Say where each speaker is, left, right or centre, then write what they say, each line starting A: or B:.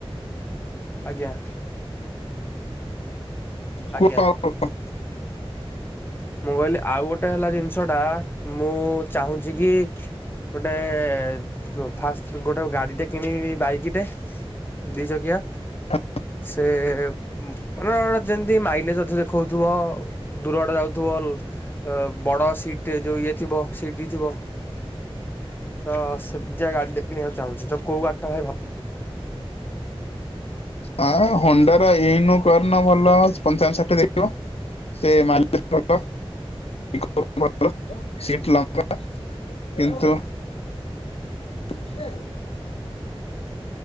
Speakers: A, on the left (about 20°); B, on the left (about 85°).
A: ଆଜ୍ଞା। ଆଜ୍ଞା
B: କୁହ ଆଉ।
A: ମୁଁ କହିଲି ଆଉ ଗୋଟେ ହେଲା ଜିନିଷଟା ମୁଁ ଚାହୁଁଚି କି ଗୋଟେ ଫୁ ଫାଷ୍ଟ ଗୋଟେ ଗାଡିଟେ କିଣିବି ବାଇକ୍ ଟେ। ଦି ଚକିଆ।
B: ହା।
A: ସେ ଉଁ ମାନେ ଗୋଟେ ଯେମିତି ମାଇଲେଜ ଅ ଦେଖଉଥିବ ଦୂର ବାଟ ଯାଉ ଥିବ ଲ ଅ ବଡ ସିଟେ ଯୋଉ ଇଏ ଥିବ ସିଟ ଥିବ। ତ ସେମିତିଆ ଗାଡି ଟେ କିଣିବାକୁ ଚାହୁଁଚି ତ କୋଉ ଗାଡି ଟା ଭାଇ ଭଲ୍
B: ଆଁ ହଣ୍ଡାର ଇନୁ କରୁନା ଭଲ ପଞ୍ଚାବନ ଷାଠିଏ ଦେଖେଇବ। ସେ ମାଲିକ୍ ର। ପିକପ୍ ଭଲ ସିଟ ଲମ୍ୱା କିନ୍ତୁ ହୁଏ